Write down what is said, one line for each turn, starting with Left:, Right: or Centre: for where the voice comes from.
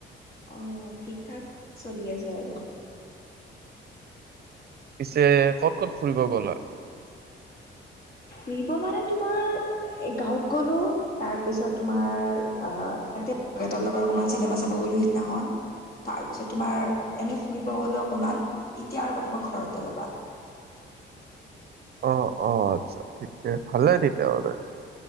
Left: অঁ ঠিক ঠাক চলি আছে আৰু।
Right: পিছে ক'ত ক'ত ফুৰিব গ'লা?
Left: ফুৰিব মানে তোমাৰ গাঁৱত গলো। তাৰ পিছত তোমাৰ আহ দেউতা লগত অকমান চিনেমা চাব গলো সিদিনাখন। তাৰপিছত তোমাৰ এনেই ফুৰিব গলো, অকমান এতিয়া আৰু বৰ্তমান ঘৰতে ৰ'বা।
Right: অ অ অঁ আচ্ছা ঠিকে ভালে তেতিয়া হলে,